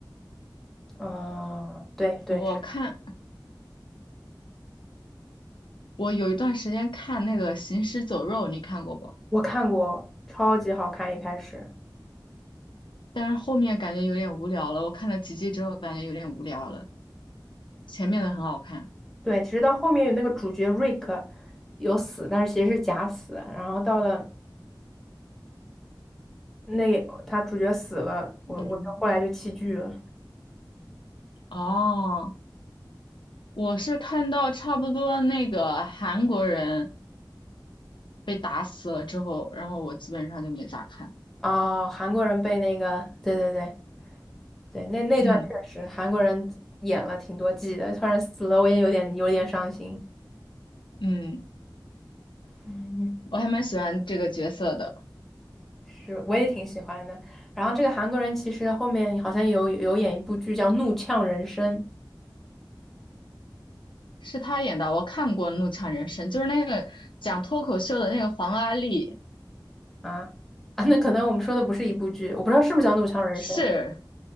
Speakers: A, in the centre; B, on the left.
A: 嗯、对对，
B: 我看
A: 是
B: 我有一段时间看那个《行尸走肉》，你看过不？
A: 我看过，超级好看，一开始。
B: 但是后面感觉有点无聊了，我看了几集之后感觉有点无聊了，前面的很好看。
A: 对，其实到后面有那个主角瑞克有死，但是其实是假死。然后到了那他主角死了，我我就后来就弃剧了。
B: 嗯，哦，我是看到差不多那个韩国人被打死了之后，然后我基本上就没咋看。
A: 哦，韩国人被那个，对对对对，那那段确实韩国人演了挺多季的，
B: 嗯
A: 突然死了，我也有点有点伤心。
B: 嗯，
A: 嗯，
B: 我还蛮喜欢这个角色的，
A: 是，我也挺喜欢的。然后这个韩国人其实后面好像有有演一部剧叫《怒呛人生》
B: 是他演的。我看过《怒呛人生》，就是那个讲脱口秀的那个黄阿丽，
A: 啊啊，那可能我们说的不是一部剧，我不知道是不是叫《怒呛人生》。
B: 是